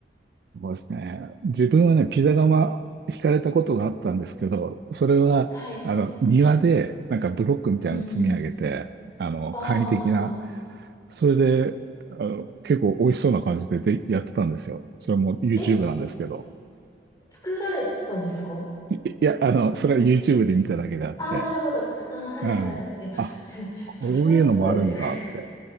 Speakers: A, on the right (about 60°); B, on the left (about 20°).
A: そうですね。自分はね、ピザ窯引かれたことがあったんですけど、それは、
B: <laughs> はい。
A: あの、庭で、なんかブロックみたいなの積み上げて、
B: うんうん。
A: あの、
B: あ
A: 簡易的な、それで、あの、結構美味しそうな感じで、で、やってたんですよ。それも YouTube
B: あ、え、
A: なんですけど。
B: 作られたんですか
A: いいや、あの、それは YouTube で見ただけであって、
B: ああ、なるほど。ああ、はいはいはい。
A: うん。
B: いや、
A: あ、
B: <laughs>
A: こういうのもあるんだって。
B: それはすごいですよね。